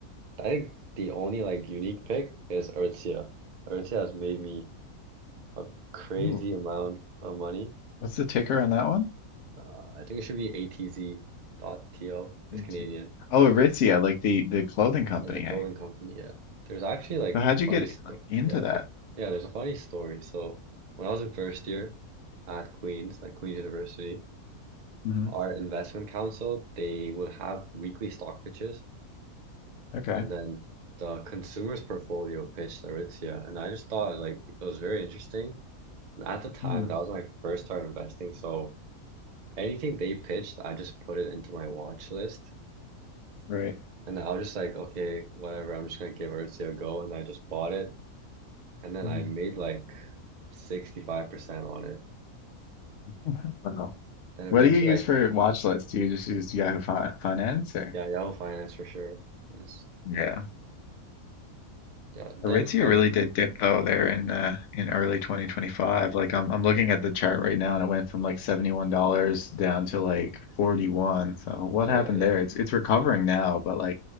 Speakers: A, on the right (about 85°); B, on the left (about 65°).
A: I think the only like unique pick is Aritzia. Aritzia has made me a crazy
B: Ooh.
A: amount of money.
B: What's the ticker on that one?
A: Uh, I think it should be ATZ dot T O.
B: ET.
A: It's Canadian.
B: Oh, Aritzia, like the the clothing company.
A: As a clothing
B: Hey.
A: company, yeah. There's actually like
B: So how'd
A: a
B: you
A: funny
B: get
A: story.
B: like into
A: Yeah,
B: that?
A: there, yeah, there's a funny story. So when I was in first year at Queen's, like Queen's University,
B: hmm
A: our investment council, they would have weekly stock pitches
B: Okay.
A: and then the consumer's portfolio pitched Aritzia. And I just thought like it was very interesting. And at the time,
B: Hmm.
A: that was my first time investing. So anything they pitched, I just put it into my watch list.
B: Right.
A: And I was just like, okay, whatever, I'm just gonna give Aritzia a go. And I just bought it. And then
B: Hmm.
A: I made like 65% on it.
B: I don't know.
A: Then eventually
B: What do you use
A: I
B: for watch lists? Do you just use Yahoo Fi Finance or?
A: yeah, Yahoo Finance for sure. Yes.
B: Yeah.
A: Yeah. Then
B: Aritzia
A: I
B: really did dip though there in uh, in early 2025. Like I'm I'm looking at the chart right now and it went from like $71 down to like 41. So what
A: yeah,
B: happened
A: it
B: there? It's it's recovering now, but like